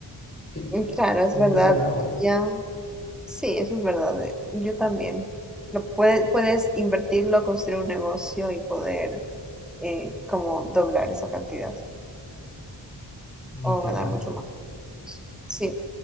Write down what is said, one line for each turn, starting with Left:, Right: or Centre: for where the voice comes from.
Left: Sí,
Centre: Eh, Claro, es
Left: un
Centre: verdad.
Left: millón ahora.
Centre: Ya, sí, eso es verdad. eh, Yo también. Lo puedes, puedes invertirlo, construir un negocio y poder eh, como doblar esa cantidad
Left: Literal.
Centre: o ganar mucho más. Sí,